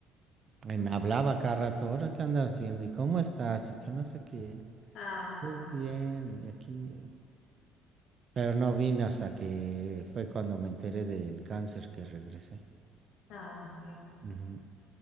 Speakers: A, on the right; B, on the left.
A: Y me hablaba cada rato, ¿ahora qué andas haciendo? ¿Y cómo estás? Y que no sé qué.
B: Ah,
A: Todo bien, y aquí, pero no vine hasta que fue cuando me enteré del cáncer que regresé.
B: ah, ok.
A: Ujú.